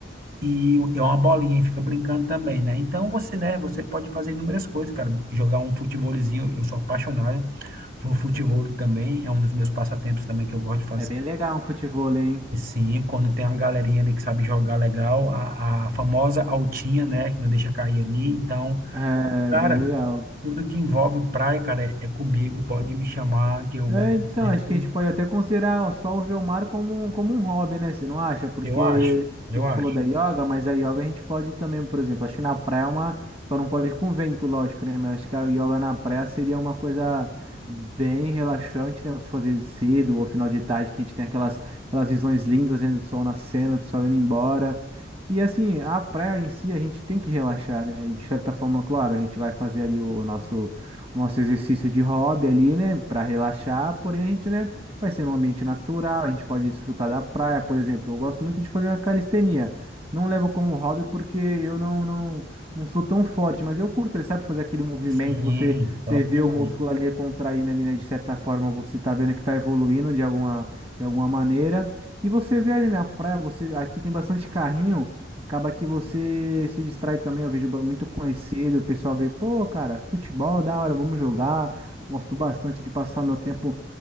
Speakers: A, on the right; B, on the right.
A: E é uma bolinha e fica brincando também, né? Então você, né? Você pode fazer inúmeras coisas, cara. Jogar um futebolzinho, eu sou apaixonado por futebol também, é um dos meus passatempos também que eu gosto de fazer.
B: É bem legal um futevôlei, hein?
A: E Sim, quando tem uma galerinha ali que sabe jogar legal, a, a famosa altinha, né, que não deixa cair ali. Então,
B: É,
A: cara,
B: bem legal.
A: tudo que envolve praia, cara, é, é comigo. Pode me chamar que eu
B: É,
A: vou
B: então,
A: sempre.
B: acho que a gente pode até considerar só o Velmar como, um- como um hobby, né? Você não acha? Porque
A: Eu acho, eu
B: a gente
A: acho.
B: falou da yoga, mas a yoga a gente pode também, por exemplo, acho que na praia é uma. Só não pode com vento, lógico, né? Mas acho que a yoga na praia seria uma coisa bem relaxante, né? Você fazer cedo ou final de tarde, que a gente tem aquelas, aquelas visões lindas, né? Do sol nascendo, do sol indo embora. E assim, a praia em si a gente tem que relaxar, né? De certa forma, claro, a gente vai fazer ali o o nosso o nosso exercício de hobby ali, né, para relaxar, porém a gente, né, vai ser num ambiente natural, a gente pode desfrutar da praia, por exemplo. Eu gosto muito de fazer uma calistenia. Não levo como hobby porque eu não, não, não sou tão forte, mas eu curto, ele sabe fazer aquele movimento,
A: Sim,
B: você, você
A: top
B: vê
A: demais.
B: o músculo ali contraindo ali, né, de certa forma, você tá vendo que tá evoluindo de alguma, de alguma maneira. E você vê ali na praia, você aqui tem bastante carrinho Acaba que você se distrai também. Eu vejo ba- muito conhecido, o pessoal vê, pô, cara, futebol, da hora, vamos jogar. Gosto bastante de passar meu tempo